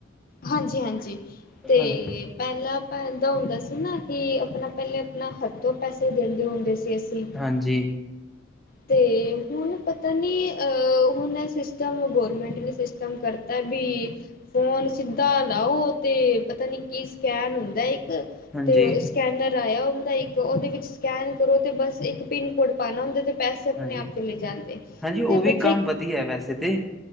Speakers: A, on the left; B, in the centre.
A: ਹਾਂਜੀ- ਹਾਂਜੀ
B: ਹਾਂਜੀ,
A: ਤੇ ਪਹਿਲਾਂ ਅਪਾਂ ਐਦਾ ਹੁੰਦਾ ਸੀ ਨਾ, ਕਿ ਆਪਣਾ ਪਹਿਲੇ ਆਪਣਾ ਹੱਥੋਂ ਪੈਸੇ ਦਿੰਦੇ ਹੁੰਦੇ ਸੀ ਅਸੀਂ।
B: ਹਾਂਜੀ
A: ਤੇ, ਹੁਣ ਪਤਾ ਨੀ ਅਹ, ਹੁਣ ਸਿਸਟਮ ਗੌਰਮੈਂਟ ਨੇ ਕੰਮ ਕਰਤਾ ਵੀ ਫੋਨ ਸਿੱਧਾ ਲਾਓ ਤੇ, ਪਤਾ ਨੀ ਕੀ ਸਕੈਨ ਹੁੰਦਾ ਇੱਕ,
B: ਹਾਂਜੀ,
A: ਤੇ ਸਕੈਨਰ ਆਇਆ ਹੁੰਦਾ, ਇੱਕ ਉਹਦੇ ਵਿੱਚ ਸਕੈਨ ਕਰੋ ਤੇ ਬਸ ਇੱਕ ਪਿੰਨ ਕੋਡ ਪਾਉਣਾ ਹੁੰਦਾ ਤੇ ਪੈਸੇ ਆਪਣੇ
B: ਹਾਂਜੀ,
A: ਆਪ ਚਲੇ ਜਾਂਦੇ
B: ਹਾਂਜੀ ਉਹ
A: ਤੇ
B: ਵੀ
A: ਬੱਚੇ
B: ਕੰਮ ਵਧੀਆ ਵੈਸੇ ਤੇ